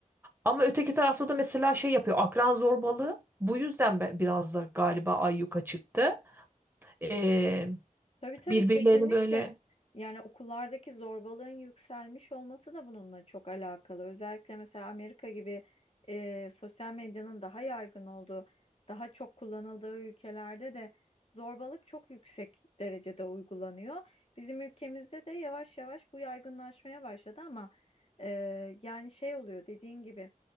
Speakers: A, on the right; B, on the left.
A: Ama öteki tarafta da mesela şey yapıyor. Akran zorbalığı bu yüzden be- biraz da galiba ayyuka çıktı. Ee,
B: Tabii tabii
A: birbirlerini
B: kesinlikle.
A: böyle
B: Yani okullardaki zorbalığın yükselmiş olması da bununla çok alakalı. Özellikle mesela Amerika gibi e, sosyal medyanın daha yaygın olduğu, daha çok kullanıldığı ülkelerde de zorbalık çok yüksek derecede uygulanıyor. Bizim ülkemizde de yavaş yavaş bu yaygınlaşmaya başladı ama e, yani şey oluyor dediğin gibi.